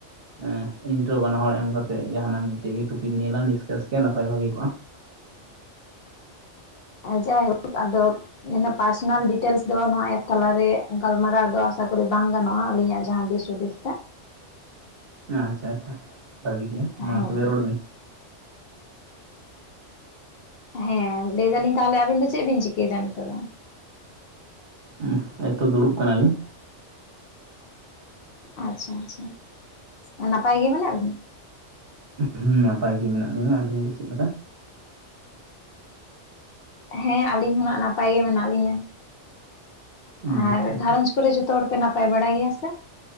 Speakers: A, on the right; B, on the left.
A: ᱮᱸ ᱤᱱᱴᱨᱳ ᱵᱟᱱᱟ ᱦᱚᱲ ᱮᱢ ᱠᱟᱛᱮᱜ ᱡᱟᱦᱟᱱᱟᱜ ᱢᱤᱫᱴᱮᱡ ᱜᱮ ᱴᱚᱯᱤᱠ ᱱᱤᱭᱟᱹ ᱞᱟᱝ ᱰᱤᱥᱠᱟᱥ ᱠᱮᱭᱟ ᱱᱟᱯᱟᱭ ᱵᱷᱟᱹᱜᱤ ᱠᱚᱜᱼᱟ
B: ᱡᱟᱭ ᱦᱳᱠ ᱟᱫᱚ ᱯᱟᱨᱥᱚᱱᱟᱞ ᱰᱤᱴᱮᱞᱥ ᱫᱚ ᱱᱚᱣᱟ ᱮᱯ ᱛᱟᱞᱟᱨᱮ ᱜᱟᱞᱢᱟᱨᱟᱣ ᱫᱚ ᱟᱥᱟ ᱠᱚᱨᱮ ᱫᱚ ᱵᱟᱝ ᱜᱟᱱᱚᱜᱼᱟ ᱟᱹᱞᱤᱧᱟᱜ ᱡᱟᱦᱟᱸ ᱫᱤᱥᱼᱼ ᱪᱩᱰᱤᱥᱛᱟ
A: ᱦᱮᱸ ᱟᱪᱪᱷᱟ ᱟᱪᱪᱷᱟ ᱵᱷᱟᱹᱜᱤ ᱜᱮᱭᱟ ᱢᱟ
B: ᱦᱮᱸ
A: ᱛᱚᱵᱮ ᱨᱚᱲ ᱵᱤᱱ
B: ᱦᱮᱸ ᱞᱟᱹᱭ ᱫᱟᱹᱞᱤᱧ ᱛᱟᱦᱚᱞᱮ ᱟᱹᱵᱤᱱ ᱫᱚ ᱪᱮᱫ ᱵᱤᱱ ᱪᱤᱠᱟᱹᱭᱮᱫᱟ ᱱᱤᱛᱚᱜ ᱫᱚ?
A: ᱦᱮᱸᱻ ᱮᱭᱛᱚ ᱫᱩᱲᱩᱵ ᱠᱟᱱᱟᱞᱤᱧ
B: ᱟᱪᱪᱷᱟ ᱟᱪᱪᱷᱟ ᱱᱟᱯᱟᱭ ᱜᱮ ᱢᱮᱱᱟᱜ ᱵᱮᱱᱟ?
A: ᱩᱜ ᱦᱩᱸ ᱱᱟᱯᱟᱭ ᱜᱮ ᱢᱮᱱᱟᱜ ᱞᱤᱧᱟ ᱟᱹᱵᱤᱱ ᱜᱮ ᱪᱮᱫ ᱞᱮᱠᱟ?
B: ᱦᱮᱸ ᱟᱹᱞᱤᱧ ᱦᱚᱸ ᱱᱷᱟᱜ ᱱᱟᱯᱟᱭ ᱜᱮ ᱢᱮᱱᱟᱜ ᱞᱤᱧᱟ
A: ᱦᱩᱸ
B: ᱟᱨ
A: ᱟᱪᱪᱷᱟ ᱟᱪᱪᱷᱟ
B: ᱜᱷᱟᱨᱚᱸᱡᱽᱼᱼ ᱠᱚᱨᱮ ᱡᱚᱛᱚ ᱦᱚᱲ ᱯᱮ ᱱᱟᱯᱟᱭ ᱵᱟᱲᱟ ᱜᱮᱭᱟ ᱥᱮ?